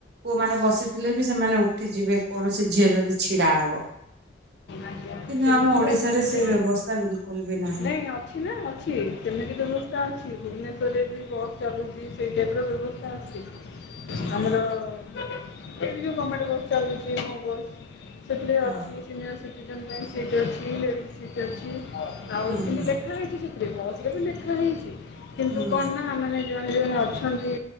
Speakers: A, on the right (about 60°); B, on the left (about 60°).
A: ପୁଅମାନେ ବସିଥିଲେ ବି ସେମାନେ ଉଠି ଯିବେ କୌଣସି ଝିଅ ଯଦି ଛିଡା ହବ।
B: ଆଜ୍ଞା,
A: କିନ୍ତୁ
B: ସେମିତି
A: ଆମ ଓଡିଶାରେ
B: ଆସିଥିଲି
A: ସେ ବ୍ୟବସ୍ଥା ବିଲକୁଲ ବି ନାହିଁ।
B: ନାଇଁ ଅଛି ଅଛି ନା ଅଛି ସେମିତି ବ୍ୟବସ୍ଥା ଅଛି ଭୁବନେଶ୍ଵରରେ ବି ବସ୍ ଚାଲୁଛି ସେଇ ଟାଇପର ବ୍ୟବସ୍ଥା ଅଛି,
A: ହୁଁ
B: ଆମର
A: ହୁଁ
B: ଏଇଠି ଯଉ ଗମେଣ୍ଟ ବସ୍ ଚାଲୁଛି ମୋ ବସ୍। ସେଥିରେ
A: ହଁ
B: ଅଛି ସିନିୟର ସିଟିଜେନ୍ ପାଇଁ ସିଟ୍ ଅଛି ଲେଡ଼ିଜ୍ ସିଟ୍ ଅଛି। ଆଉ
A: ହୁଁ
B: କିନ୍ତୁ
A: ହୁଁ
B: ଲେଖା ହେଇଛି ସେଥିରେ ବସରେ ବି ଲେଖା ହେଇଛି କିନ୍ତୁ
A: ହୁଁ।
B: କଣ ନା ଆହ୍ ମାନେ ଜଣେ ଜଣେ ଅଛନ୍ତି